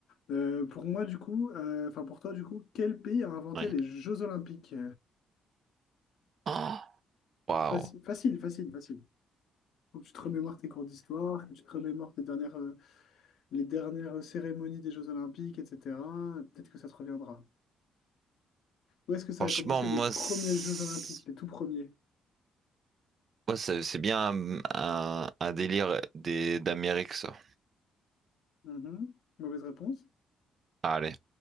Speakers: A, on the left; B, on the right.
A: Euh, pour moi, du coup, euh, enfin pour toi, du coup, quel pays a inventé
B: Oui.
A: les Jeux Olympiques?
B: Oh, Waouh.
A: Facile, facile, facile, facile. Faut que tu te remémores tes cours d'histoire, que tu te remémores tes dernières, euh, les dernières cérémonies des Jeux Olympiques, etc. Peut-être que ça te reviendra. Où est-ce que ça
B: Franchement,
A: a commencé
B: moi,
A: les premiers
B: c'est-
A: Jeux Olympiques, les tout premiers?
B: moi, c'est c'est bien un, un- un délire des d'Amérique, ça.
A: Mhm. Mauvaise réponse.
B: Allez.